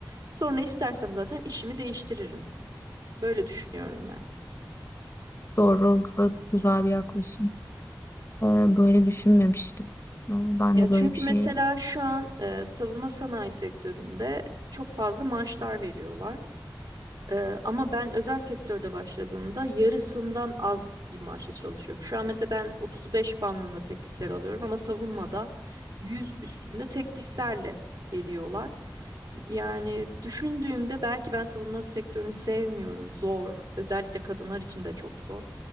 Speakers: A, on the right; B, on the left.
A: Sonra istersem zaten işimi değiştiririm. Böyle düşünüyorum ben.
B: Doğru ve güzel bir yaklaşım. Ee, Böyle düşünmemiştim. Ama Ben
A: Ya
B: de
A: çünkü
B: böyle bir şey
A: mesela şu an e, savunma sanayi sektöründe çok fazla maaşlar veriyorlar. E, ama ben özel sektörde başladığımda yarısından az bir maaşa çalışıyorum. Şu an mesela ben 35 bandında teklifler alıyorum ama savunmada 100 üstünde tekliflerle geliyorlar. Yani düşündüğümde belki ben savunma sektörünü sevmiyorum. Zor. Özellikle kadınlar için de çok zor.